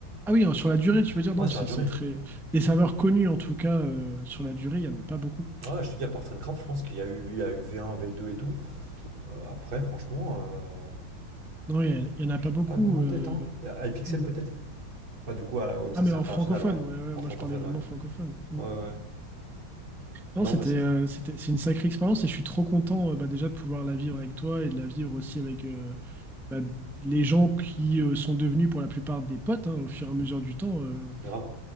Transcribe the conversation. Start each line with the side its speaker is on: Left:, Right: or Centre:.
Centre: Ah oui, hein, sur la durée, tu veux dire, non,
Right: Ouais, ça
Centre: c'est
Right: a duré.
Centre: c'est très... Des serveurs connus en tout cas, euh, sur la durée, il n'y en a pas beaucoup.
Right: Ouais, je te dis, à part Funcraft, je pense qu'il y a eu lui, il y a eu v un v deux et tout. Euh, après, franchement, euh,
Centre: Oui, il n'y en
Right: j'ai
Centre: a pas beaucoup.
Right: pas de nom en
Centre: euh,
Right: tête, hein. Euh, iPixel
Centre: mm.
Right: peut-être? Pas du coup, ah, ouais, mais
Centre: Ah,
Right: ça
Centre: mais
Right: c'est
Centre: en
Right: international,
Centre: francophone,
Right: ouais.
Centre: ouais, ouais,
Right: En
Centre: moi
Right: francophone,
Centre: je parlais vraiment
Right: ouais.
Centre: francophone. Mm,
Right: Ouais,
Centre: mm.
Right: ouais. ouais.
Centre: Non,
Right: Non,
Centre: c'était,
Right: mais c'est
Centre: euh,
Right: fou.
Centre: c'était, c'est une sacrée expérience et je suis trop content euh, bah, déjà de pouvoir la vivre avec toi et de la vivre aussi avec euh, bah, les gens qui euh, sont devenus pour la plupart des potes hein, au fur et à mesure du temps. euh,
Right: Grave.